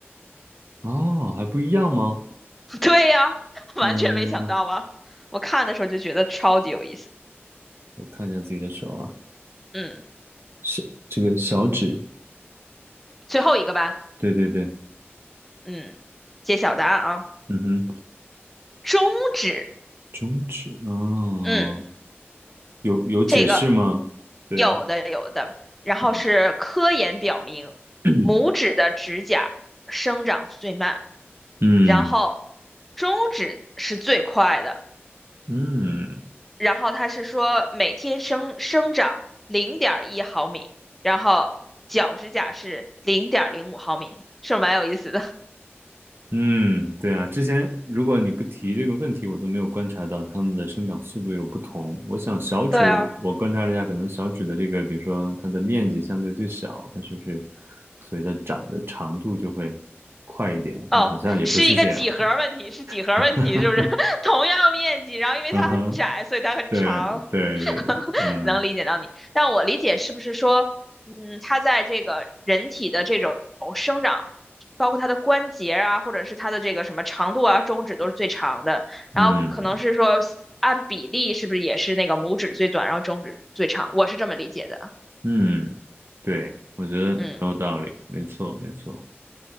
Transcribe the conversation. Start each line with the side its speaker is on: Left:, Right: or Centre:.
Right: 哦，还不一样吗？
Centre: <laughs> 对呀，<laughs> 完全没想到吧？
Right: 嗯，
Centre: 我看的时候就觉得超级有意思。
Right: 我看一下自己的手啊，
Centre: 嗯，
Right: 小这个小指，
Centre: 最后一个吧。
Right: 对对对，
Centre: 嗯，揭晓答案啊，
Right: 嗯哼，
Centre: 中指。
Right: 中指啊，哦
Centre: 嗯。
Right: 有有解释吗？
Centre: 这个
Right: 对，
Centre: 有的有的，然后是科研表明，
Right: 嗯 <clears throat>
Centre: 拇指的指甲生长最慢，
Right: 嗯
Centre: 然后中指是最快的，
Right: 嗯，
Centre: 然后它是说每天生生长零点一毫米，然后脚指甲是零点零五毫米，是不是蛮有意思的？
Right: 嗯，对啊，之前如果你不提这个问题，我都没有观察到它们的生长速度有不同。我想小指，
Centre: 对啊，
Right: 我观察了一下，可能小指的这个，比如说它的面积相对最小，它是不是，所以它长的长度就会快一点？
Centre: 哦，
Right: 但好像也不是这样。
Centre: 是一个几何问题，是几何问题，
Right: <laughs>
Centre: 是不是？<laughs> 同样面积，然后因为它很窄，
Right: 嗯哼，
Centre: 所以它很长。
Right: 对对对对，
Centre: <laughs>
Right: 嗯
Centre: 能理解到你，但我理解是不是说，嗯，它在这个人体的这种生长，包括它的关节啊，或者是它的这个什么长度啊，中指都是最长的，
Right: 嗯
Centre: 然后可能是说按比例是不是也是那个拇指最短，然后中指最长，我是这么理解的，
Right: 嗯，对，我觉得很有道理，
Centre: 嗯。
Right: 没错没错，